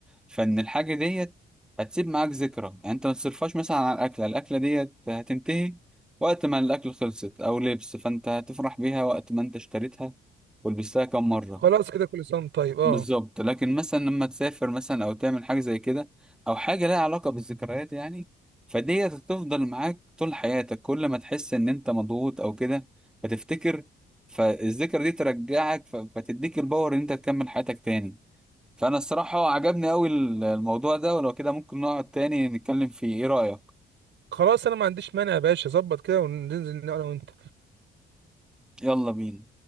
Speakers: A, in the centre; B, on the right.
A: فان الحاجة ديت هتسيب معاك ذكرى يعني انت ما تصرفهاش مثلا على الاكلة الاكلة ديت هتنتهي وقت ما الاكل خلصت او لبس فانت هتفرح بيها وقت ما انت اشتريتها ولبستها كم مرة
B: خلاص كده كل سنه وأنت طيب اه
A: بالظبط لكن مثلا لما تسافر مثلا او تعمل حاجه زي كده او حاجه لها علاقه بالذكريات يعني فدي هتفضل معاك طول حياتك كل ما تحس ان انت مضغوط او كده فتفتكر فالذكرى دي ترجعك ف- فتديك الباور ان انت تكمل حياتك تاني فانا الصراحه عجبني قوي الموضوع ده ولو كده ممكن نقعد تاني نتكلم فيه ايه رايك
B: خلاص انا ما عنديش مانع يا باشا ظبط كده وننزل انا وانت
A: يلا بينا